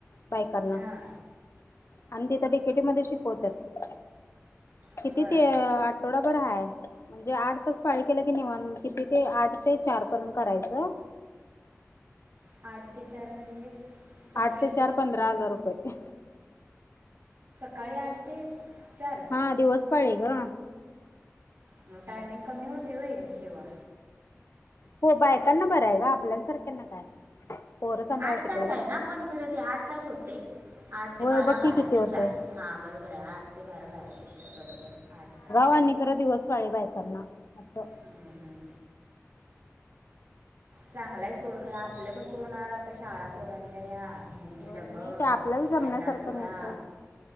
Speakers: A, on the left; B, on the right.
A: बायकांना.
B: हां
A: आणि तिथं डी. के. टी. मध्ये शिकवतात.
B: बरं
A: किती ते आठवडाभर हाय. म्हणजे आठ तास पाळी केला कि निवा किती ते आठ ते चार पर्यंत करायचं.
B: आठ ते चार म्हणजे? सकाळी
A: आठ ते चार पंधरा हजार रुपये.
B: काळी आठतीस चार.
A: हा दिवस पाळी ग.
B: मग टायमिंग कमी होते व्हय शिवा.
A: हो बायकांना बरं हाय ग, आपल्यासारख्यांना काय? पोरं सांभाळ
B: आठ
A: तिकडे
B: तास आहे
A: जाय.
B: ना पण खरं ते आठ तास होते. आठ ते
A: होय
B: बारा,
A: बघ की
B: बारा
A: किती
B: ते
A: होतय
B: चार हा बरोबर आहे आठ ते बारा, बारा ते चार बरोबर आठ तास.
A: मानी खरा दिवस पाळी बायकना असं.
B: हम्म, हम्म. चांगलाय सोड खरं आपलं कसं होणार आता शाळा पोरांच्या ह्या ह्यांचे
A: होय
B: डबल
A: नाही ते आपल्याला जमण्यासारखं
B: यांना सोडा
A: नाही सोड.